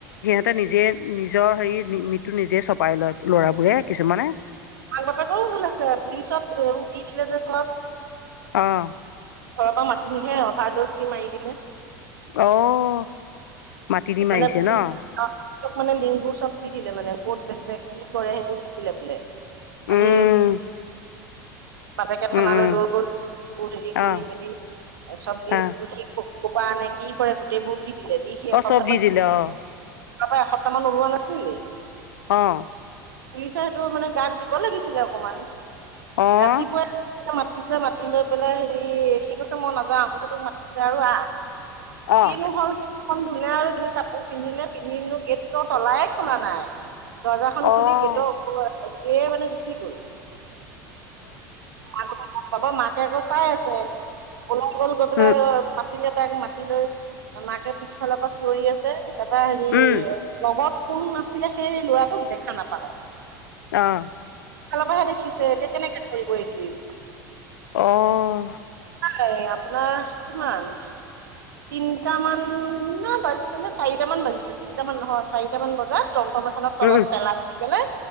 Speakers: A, on the left; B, on the right.
A: তে নিজে নিজৰ হেৰি মৃত্যু নিজে চপাই লয় লৰাবোৰে কিছুমানে
B: মাক বাপেকৰও ভুল আছে পুলিচত এইবোৰ দি দিলে যে চব
A: আহ
B: ঘৰৰ পৰা মাতি নিহে অভাৰ দজ দি মাৰি দিলে <unintelligible>
A: আহ মাতি দি
B: মানে
A: মাৰিছে
B: পুলিচক
A: ন
B: মানে লিংকবোৰ চব দি দিলে মানে ক'ত বেচে কি কৰে সেইবোৰ দিছিলে বোলে
A: উম,
B: আমি বাপেকে থানালৈ
A: উম, উম,
B: লৈ গল হেৰি কৰি
A: অ'
B: মেলি চব নিজ
A: অ'
B: ক'পা আনে কি কৰে গোটেইবোৰ দি দিলে দি সি
A: অ'
B: এসত
A: চব দি দিলে অ
B: তাপা এসপ্তাহ মান ওলোৱা নাছিলে
A: আহ
B: পুলিচে সেইটো মানে গাত দিব লাগিছিলে অকমান
A: অ'
B: ৰাতিপুৱাই মাতি <unintelligible> মাতি লৈ পেলাই হেৰি সি কৈছে মই নাযাও কৈছে তোক মাতিছে আৰু আহ
A: অ'
B: কিনো হল মুখখন ধুলে আৰু কাপোৰ পিন্ধিলে পিন্ধি হেনো গেটৰ তলাই খুলা নাই দৰ্জাখন
A: অ' অ'
B: খুলি গেটৰ ওপৰ সেই মানে গুচি গ'ল <unintelligible> আগতে হাব ম <unintelligible> কে আকৌ চাই আছে কলা কল গৈ পেলাই
A: উম,
B: মাতিলে তাইক মাতি তিলৈ মাকে পিছফালৰ পৰা চিঞৰি আছে তাৰপৰা হেৰি
A: উম,
B: লগত কোন আছিলে সে সেই ল'ৰাটোক দেখা নাপালে মানে <unintelligible> পিছফালৰ
A: অ'
B: পৰাহে দেখিছে এতিয়া কেনেকে ধৰিব এইটোৱেই বুলি।
A: অহ।
B: এয়া আপোনাৰ কিমান তিনটা মানুহ ন বাজিছে নে চাৰিট মান বাজিছে তিনটা মান নহয় চাৰিটা মান বজাত টমটম এখনৰ
A: উম
B: তলত
A: উম
B: পেলাই আহি পেলাই